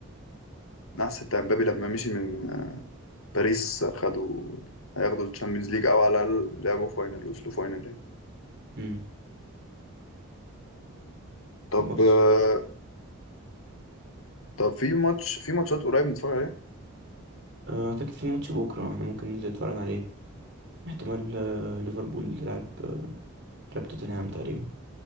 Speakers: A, on the left; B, on the right.
A: النحس بتاع مبابي لما مشي من باريس خدوا هياخدوا الشامبيونز ليج او على الاقل لعبوا فاينل وصلوا فاينل يعني
B: امم
A: طب
B: بص
A: آه، طب في ماتش في ماتشات قريب نتفرج عليها
B: آه، اعتقد في ماتش بكرة انا ممكن ننزل نتفرج عليه احتمال آه، ليفربول تلعب تلعب توتنهام تقريبا